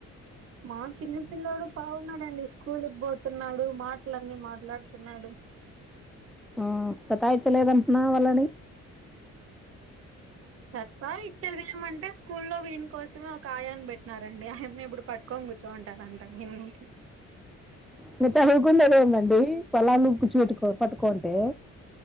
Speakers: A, on the right (about 50°); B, in the centre.
A: మా చిన్న పిల్లడు బాగున్నాడండి స్కూల్కి పోతున్నాడు మాటలన్ని మాట్లాడుతున్నాడు.
B: మ్మ్ సతాయిచ్చలేదంటున్నా వాళ్ళని
A: సత్తా ఇచ్చేది ఏమంటే స్కూల్లో వీని కోసమే ఒక ఆయాన్ని పెట్టినారండి అయమ్మ ఇప్పుడు పట్ పట్టుకొని కూర్చొని ఉంటదందా విడ్ని
B: ఇంక చదువుకునేద్ ఎందండీ తెల్లర్లు కూర్చిపెట్టు పట్టుకొనుంటే